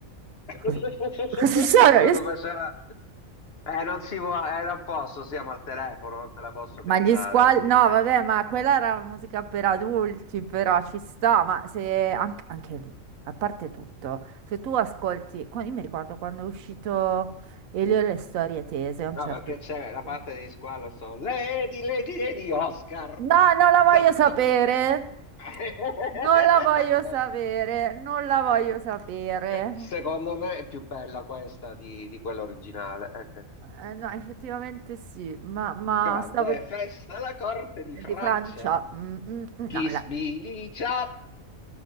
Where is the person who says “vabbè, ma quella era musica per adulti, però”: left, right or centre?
Right